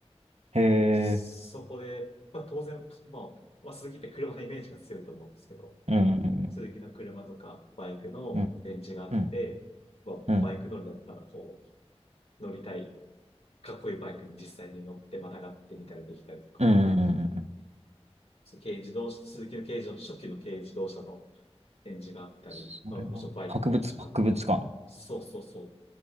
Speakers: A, on the right (about 80°); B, on the left (about 65°).
A: え、へえ、
B: そこで、まあ当然、まあ、まあ鈴木って車のイメージが強いと思うんですけど、
A: うん、うん、
B: 鈴木の車とかバイクの電池があって、
A: うん、うん、
B: まあバイク乗りだったらこ
A: うん、
B: う、乗りたい、かっこいいバイクに実際に乗ってまたがってみたりできたりとか、
A: うん、うん。うん
B: そう軽自動車、鈴木の軽自動車、初期の軽自動車の電池があったり、
A: それは、
B: まあもちろんバイクも同じかあったり、
A: 博物、博物館。
B: そうそうそう